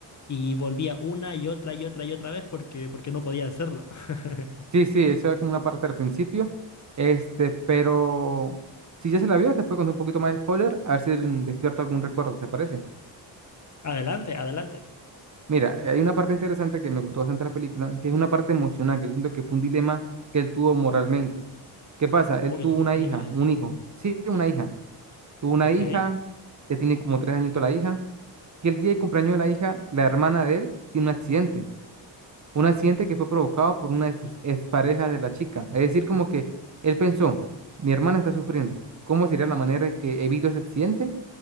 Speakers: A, on the left (about 40°); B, on the right (about 40°).
A: y volvía una y otra y otra y otra vez porque, porque no podía hacerlo. <laughs>
B: Sí, sí, eso era como una parte al principio. Este, pero si ya se la vio, te puedo contar un poquito más de spoiler, a ver si mm, despierta algún recuerdo, ¿te parece?
A: Adelante, adelante.
B: Mira, hay una parte interesante que me gustó bastante de la película, que es una parte emocional, que yo siento que fue un dilema que él tuvo moralmente. ¿Qué pasa? Él
A: Uy,
B: tuvo una
A: dime.
B: hija, un hijo. Sí, una hija. Tuvo una
A: Ok.
B: hija, que tiene como tres añitos la hija, que el día del cumpleaños de la hija, la hermana de él, tiene un accidente Un accidente que fue provocado por una de sus exparejas de la chica. Es decir, como que él pensó, mi hermana está sufriendo. ¿Cómo sería la manera de que evito ese accidente?